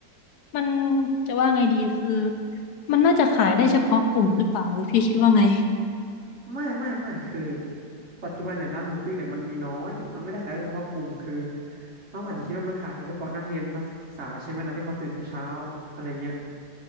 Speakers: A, on the left (about 80°); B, on the right (about 45°).
A: มันจะว่าไงดีคือมันน่าจะขายได้เฉพาะกลุ่มหรือเปล่าหรือพี่คิดว่าไง
B: ไม่ไม่ไม่คือปัจจุบันเนี่ยร้านหมูปิ้งเนี่ยมันมีน้อยมันไม่ได้ขายได้เฉพาะกลุ่มคือน้องอาจจะคิดว่ามันขายได้เฉพาะนักเรียนนักศึกษาใช่ไหมล่ะที่เขาตื่นเช้าๆอะไรเงี้ย